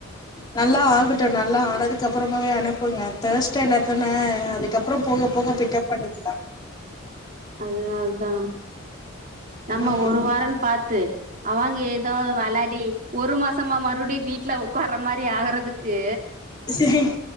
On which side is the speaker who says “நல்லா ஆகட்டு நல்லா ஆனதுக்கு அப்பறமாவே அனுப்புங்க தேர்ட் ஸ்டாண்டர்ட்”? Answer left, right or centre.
Left